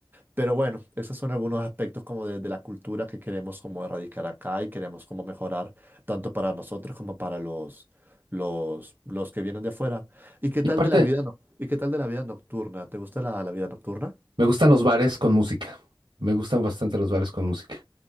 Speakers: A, on the right (about 25°); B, on the right (about 85°).
A: Pero bueno, esos son algunos aspectos como de, de la cultura que queremos como erradicar acá y queremos como mejorar tanto para nosotros como para los, los, los que vienen de afuera. ¿Y qué
B: Y
A: tal
B: aparte,
A: de la vida, noc- y qué tal de la vida nocturna? ¿Te gusta la, la vida nocturna?
B: me gustan los bares con música. Me gustan bastante los bares con música.